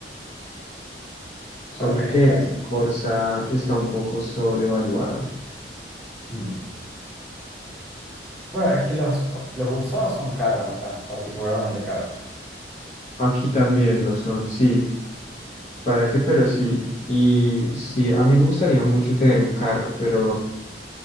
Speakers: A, on the left; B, in the centre.
A: Solo
B: ok,
A: que
B: bueno.
A: ese Corsa está un poco sobrevaluado.
B: Mm. Bueno, es que los, los usados son caros acá, particularmente caros.
A: Aquí también lo son, sí. ¿Para qué? Pero sí, y sí, a mí me gustaría mucho tener un carro, pero,